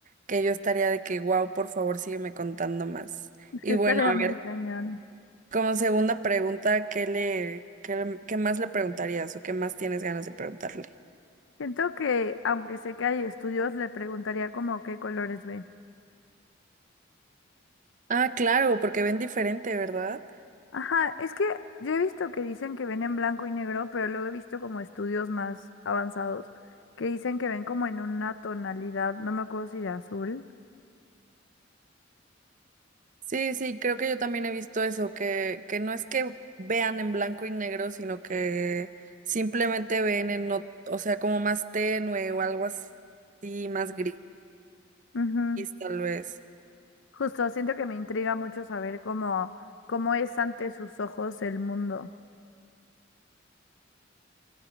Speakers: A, on the right; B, on the left.
A: que yo estaría de que, wow, por favor, sígueme contando más.
B: Sí,
A: Y
B: estaría
A: bueno, a
B: muy
A: ver,
B: cañón.
A: como segunda pregunta, ¿qué le, qué, le- qué más le preguntarías o qué más tienes ganas de preguntarle?
B: Siento que, aunque sé que hay estudios, le preguntaría como qué colores ve.
A: Ah, claro, porque ven diferente, ¿verdad?
B: Ajá, es que yo he visto que dicen que ven en blanco y negro, pero luego he visto como estudios más avanzados que dicen que ven como en una tonalidad, no me acuerdo si de azul.
A: Sí, sí, creo que yo también he visto eso, que, que no es que vean en blanco y negro, sino que simplemente ven en, no, o sea, como más tenue o algo así, más gris,
B: Ujú, ujú.
A: tal vez.
B: Justo, siento que me intriga mucho saber cómo, cómo es ante sus ojos el mundo.